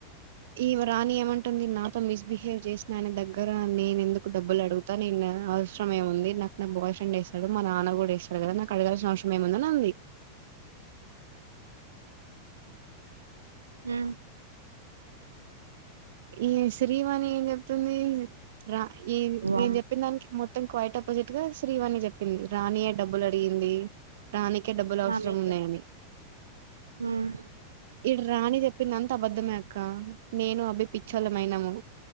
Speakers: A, on the right; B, on the right.
A: ఈ రాని ఏమంటుంది నాతో మిస్బిహేవ్ చేసినానే దగ్గ నేను ఎందుకు డబ్బులు అడు నిన్న అవసరం ఏముంది నాకు నా బాయ్ ఫ్రెండ్ వేస్తాడు మా నాన్న కూడా వేస్తాడు కదా నాకు అడగాల్సిన అవసరం ఏముందని అంది
B: మ్
A: ఈ శ్రీవాణి ఏం చెప్తుంది... రా ఈ
B: వామ్మో
A: నేను చెప్పిన దానికి మొత్తం క్వైట్ అపోజిట్ గా శ్రీవాణి చెప్పింది రాణీయె డబ్బులు అడిగిందీ రాణికె డబ్బులు అవసరం
B: నాన్ వెజ్
A: ఉన్నాయని
B: హ్మ్
A: ఇడు రాణి చెప్పింది అంత అబద్దమే అక్క నేను అభి పిచ్చోలమైనము